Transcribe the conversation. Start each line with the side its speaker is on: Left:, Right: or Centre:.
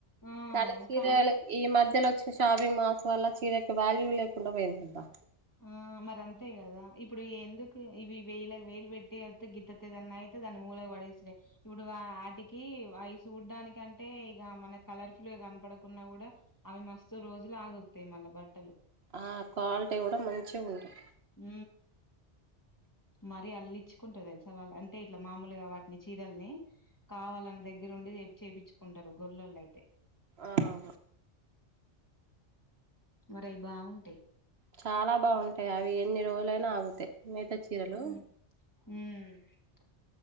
Left: ఆ
Right: కానీ
Left: ముఖాన్
Right: చీరలు ఈ మధ్యలో వచ్ షాపింగ్ మాల్స్ వల్ల చీరకి వాల్యూ లేకుండ పోయింది బా
Left: ఆ మరి అంతే కదా ఇప్పుడు ఎందుకు ఇవి వేలకు వేలు పెట్టి అ గితతదన్న అయితే దాన్ని మూలకు పడేత్తే ఇప్పుడు ఆటికి ఈ అయి చూడ్డానికి అంటే ఇక మన కలర్ఫుల్ గా కనపడకున్నా కూడా అవి మస్తు రోజులు ఆగుతాయి మళ్ళా బట్టలు
Right: ఆ క్వాలిటీ కూడా మంచిగా ఉంటది
Left: ఉ మరీ అల్లించుకుంటారు తెలుస వాళ్ళ అంటే ఇట్లా మామూలుగా వాటిని చీరల్ని కావాలని దగ్గర ఉండి చేపించుకుంటారు గొల్లొల్లు అయితే
Right: ఆహా
Left: మరి అవి బాగుంటాయి
Right: చాలా బాగుంటాయి అవి ఎన్ని రోజులైనా ఆగుతాయి నేత చీరలు
Left: ఉమ్ ఉమ్